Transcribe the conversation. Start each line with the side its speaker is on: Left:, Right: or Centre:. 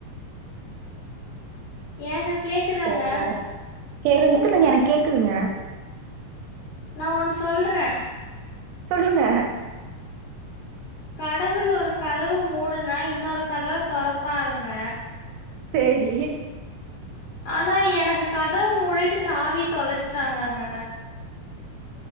Left: ஏங்க கேக்குதாங்க
Right: சரி வர கேக்குதுங்க எனக் கேக்குதுங்க
Left: நா ஒன்னு சொல்ற
Right: சொல்லுங்க
Left: கடவுள் ஒரு கதவு மூடுனா இன்னொரு கதவ தொரப்பாருங்க
Right: சேரி
Left: ஆனா எனக்கு கதவு மூடிட்டு சாவி தொலச்ட்டாங்கங்க